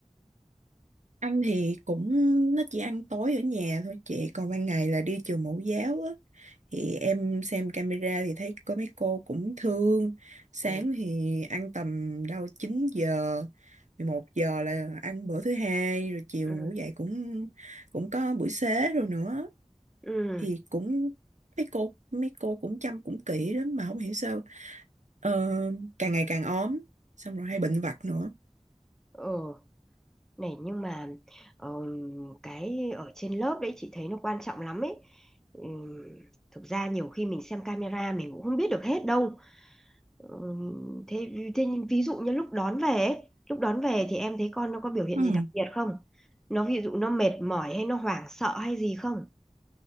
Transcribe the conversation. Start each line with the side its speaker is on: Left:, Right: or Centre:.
Right: Ăn thì cũng nó chỉ ăn tối ở nhà thôi chị còn ban ngày là đi trường mẫu giáo á thì em xem camera thì thấy có mấy cô cũng thương sáng
Centre: Ừ.
Right: thì ăn tầm đâu 9 giờ 11 giờ là ăn bữa thứ hai rồi chiều
Centre: Ừ.
Right: ngủ dậy cũng cũng có buổi xế rồi nữa
Centre: Ừ.
Right: thì cũng mấy cô mấy cô cũng chăm cũng kỹ lắm mà không hiểu sao ờ, càng ngày càng ốm xong rồi hay bệnh vặt nữa
Centre: ừ. Này nhưng mà ờ, cái ở trên lớp đấy chị thấy nó quan trọng lắm ấy. Ừ, thực ra nhiều khi mình xem camera mình cũng không biết được hết đâu. Ừm, thế, thế nhưng ví dụ như lúc đón về ấy, lúc đón về thì em thấy con nó có biểu hiện
Right: ừ
Centre: gì đặc biệt không? Nó ví dụ nó mệt mỏi hay nó hoảng sợ hay gì không?